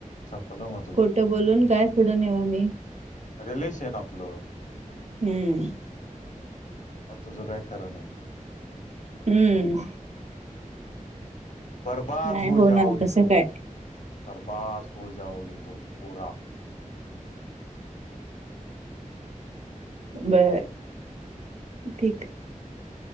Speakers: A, on the left (about 60°); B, on the right (about 55°).
A: संपलं मग तुझं
B: खोटं बोलून काय फूड नेऊ मी?
A: रिलेशन आपल.
B: हम्म.
A: म तुझं काय खरं नाही.
B: हम्म.
A: बरबाद
B: नाही
A: हो
B: होणार
A: जाओगे
B: तसं
A: तुम,
B: काय
A: बरबाद हो जाओगे तुम पुरा.
B: बर, ठीक ये.